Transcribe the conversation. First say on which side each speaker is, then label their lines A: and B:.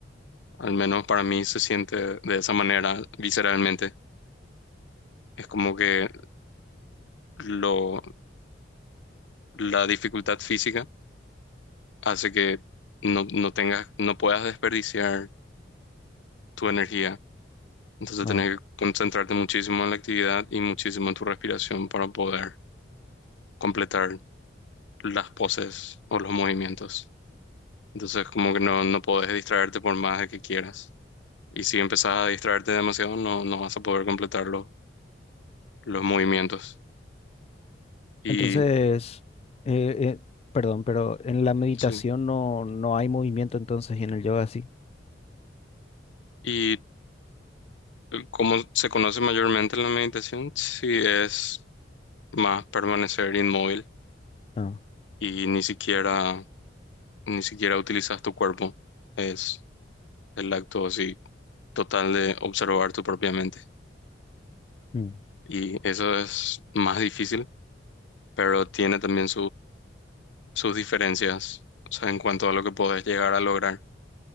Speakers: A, on the left (about 80°); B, on the left (about 35°).
A: Al menos para mí se siente de esa manera visceralmente. Es como que lo, la dificultad física hace que no, no tengas, no puedas desperdiciar tu energía. Entonces
B: ah.
A: tenés que concentrarte muchísimo en la actividad y muchísimo en tu respiración para poder completar las poses o los movimientos. Entonces como que no, no podés distraerte por más de que quieras. Y si empezás a distraerte demasiado, no, no vas a poder completar lo- los movimientos. Y
B: Entonces, eh, eh, perdón, pero en la meditación
A: sí.
B: no, no hay movimiento entonces y en el yoga sí.
A: ¿Y cómo se conoce mayormente la meditación? Sí, es más permanecer inmóvil
B: Ah,
A: y ni siquiera, ni siquiera utilizas tu cuerpo. Es el acto así total de observar tu propia mente.
B: mm,
A: Y eso es más difícil, pero tiene también sus diferencias, o sea, en cuanto a lo que podés llegar a lograr.